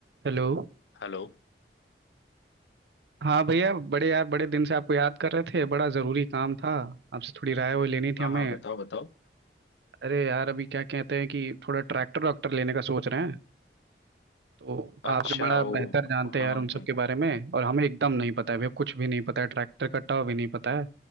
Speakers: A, on the right; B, on the left.
A: हेलो
B: Hello
A: हाँ भैया बड़े यार बड़े दिन से आपको याद कर रहे थे बड़ा ज़रूरी काम था आपसे थोड़ी राय वो लेनी थी
B: हाँ
A: हमें
B: हाँ बताओ बताओ
A: अरे यार अभी क्या कहते हैं कि थोड़ा ट्रैक्टर वैक्टर लेने का सोच रहे हैं तो
B: अच्छा
A: आपसे बड़ा
B: वो
A: बेहतर जानते
B: हाँ
A: हैं यार उन सब के बारे में और हमें एकदम नहीं पता है भैया कुछ भी नहीं पता है ट्रैक्टर का टाव भी नहीं पता है